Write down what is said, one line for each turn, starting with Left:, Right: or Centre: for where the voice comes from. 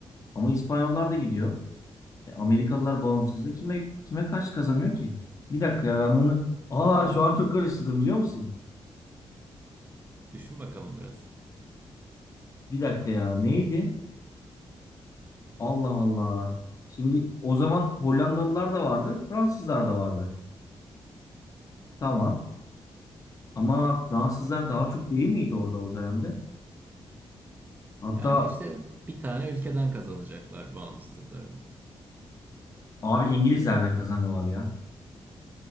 Left: Ama İspanyollar da gidiyor. E, Amerikalılar bağımsızlığı kime kime karşı kazanıyor ki? Bir dakika ya ben bunu... Aa şu an çok karıştırdım biliyor musun?
Right: Düşün bakalım biraz.
Left: Bir dakika ya neydi? Allah Allah. Şimdi o zaman Hollandalılar da vardı, Fransızlar da vardı. Tamam. Ama Fransızlar daha çok değil miydi orada o dönemde? Hatta
Right: Ya ama işte bir tane ülkeden kazanacaklar bağımsızlıklarını.
Left: abi İngilizlerden kazanıyorlar ya.